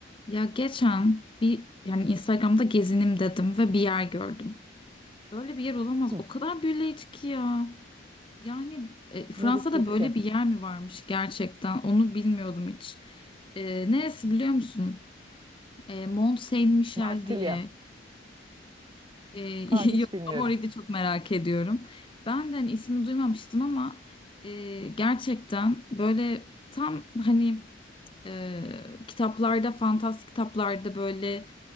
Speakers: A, on the left (about 25°); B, on the right (about 25°).
A: Ya geçen bir yani Instagram'da gezinim dedim ve bir yer gördüm. Böyle bir yer olamaz.
B: Hı,
A: O kadar büyüleyici ki ya. Yani e, Fransa'da
B: neresiydi
A: böyle
B: ki?
A: bir yer mi varmış gerçekten? Onu bilmiyordum hiç. E, neresi biliyor musun? E, Mont Saint-Michel
B: Marsilya.
A: diye. E, <laughs>
B: Aa, hiç
A: yok
B: bilmiyorum.
A: ama orayı da çok merak ediyorum. Ben de hani ismi duymamıştım ama e, gerçekten böyle tam hani e, kitaplarda, fantastik kitaplarda böyle